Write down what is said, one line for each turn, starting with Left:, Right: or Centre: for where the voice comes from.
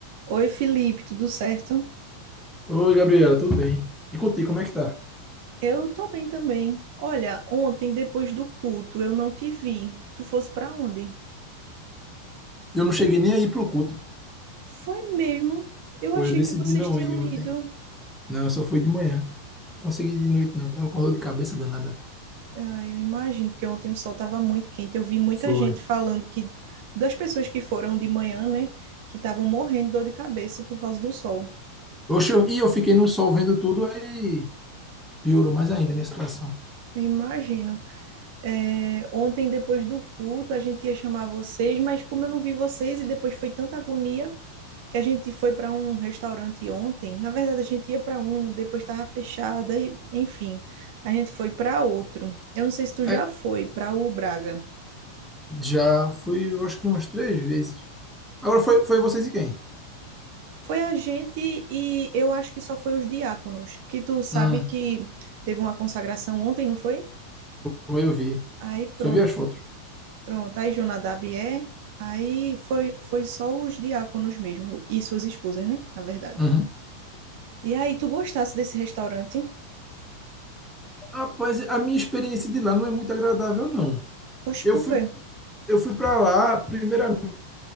Right: Oi, Felipe, tudo certo?
Centre: Oi, Gabriela, tudo bem? E contigo, como é que tá?
Right: Eu tô bem também. Olha, ontem, depois do culto, eu não te vi. Tu fosse pra onde?
Centre: Eu não cheguei nem aí pro culto.
Right: Foi mesmo. Eu
Centre: Pô,
Right: achei
Centre: eu decidi
Right: que vocês
Centre: não
Right: tinham
Centre: ir ontem.
Right: ido.
Centre: Não, eu só fui de manhã. Consegui de noite, não. Tava com dor de cabeça danada.
Right: Ah, eu imagino, porque ontem o sol tava muito quente. Eu vi muita
Centre: Foi.
Right: gente falando que das pessoas que foram de manhã, né, que estavam morrendo de dor de cabeça por causa do sol.
Centre: Oxe, eu- e eu fiquei no sol vendo tudo, aí piorou mais ainda a minha situação.
Right: Eu imagino. É, ontem, depois do culto, a gente ia chamar vocês, mas como eu não vi vocês e depois foi tanta agonia. que a gente foi para um restaurante ontem. Na verdade, a gente ia para um, depois estava fechado, e, enfim, a gente foi para outro. Eu não sei se tu
Centre: Aí,
Right: já foi para o Braga.
Centre: já fui, eu acho que umas três vezes. Agora foi, foi vocês e quem?
Right: Foi a gente e eu acho que só foi os diáconos, que tu sabe
Centre: Hum,
Right: que teve uma consagração ontem, não foi?
Centre: foi eu vi.
Right: Aí pronto,
Centre: Só vi as fotos.
Right: pronto. Aí Jonadab é. Aí foi, foi só os diáconos mesmo e suas esposas, né? Na verdade.
Centre: Uhum.
Right: E aí, tu gostasse desse restaurante?
Centre: Rapaz, a minha experiência de lá não é muito agradável, não.
Right: Oxe,
Centre: Eu
Right: por
Centre: fui,
Right: quê?
Centre: eu fui para lá, primeiramente,